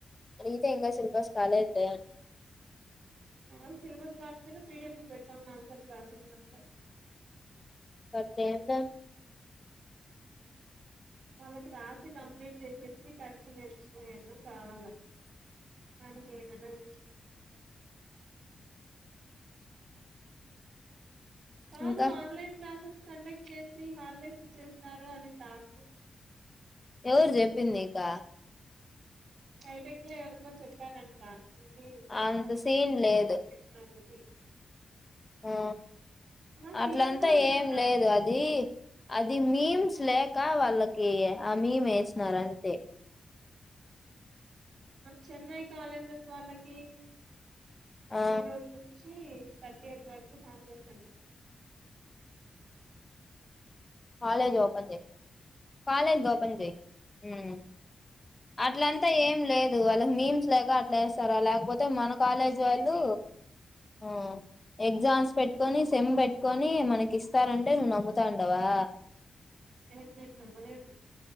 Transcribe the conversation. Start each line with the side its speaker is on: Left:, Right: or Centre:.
Left: అంతే ఇంకా సిలబస్ కాలేదు డా
Right: ఆ సిలబస్ కా కపోయినా పిడిఎఫ్ పెట్టతాన్ససి అ
Left: పతేన్నా
Right: వాళ్ళకి రాసి కంప్లీట్ చేసేసి కరెక్షన్ నేర్చుకుయడం కావాల ధనికి ఎమైన చెస్థారు కాదు
Left: ఇంకా
Right: ఆన్లైన్ క్లాసెస్ కండక్ట్ చేసి హాలిడేస్ ఇచ్చేస్తారు అని టాకింగ్
Left: ఎవరు చెప్పింది నీకా
Right: బైటెక్ లో ఎవరికో చెప్పాలంట మబ
Left: అంత
Right: ఫస్ట్
Left: సీన్
Right: సెక్షన్
Left: లేదు
Right: సెకండ్ సెక్షన్ అని
Left: ఆ
Right: మా సిఆర్
Left: అట్లంతా
Right: కూడా అన్నారా
Left: ఏం లేదు
Right: నిన్న
Left: అది అది మీమ్స్ లే ఇంకా వాళ్ళకి ఆ మీమ్ వేసినారంతే
Right: చెన్నై కాలేజెస్ వాళ్ళకి
Left: ఆ
Right: ఈరోజు అక్చుఅల్లీ తర్టీ ఐట్ వరకు <unintelligible>
Left: కాలేజ్ ఓపెన్ చెయి కాలేజ్ ఓపెన్ చెయి హ్మ్మ్ అట్లంతా ఏం లేదు వాళ్ళ మీమ్స్ లేక లేస్తారా లేకపోతే మనకు కాలేజ్ వాళ్ళు ఆ ఎగ్జామ్స్ పెట్టుకొని సెమ్ పెట్టుకొని మనకి ఇస్తారంట. అంటే నమ్ముతా ఉండవా
Right: ఏం ఎనిమిది వందలేమో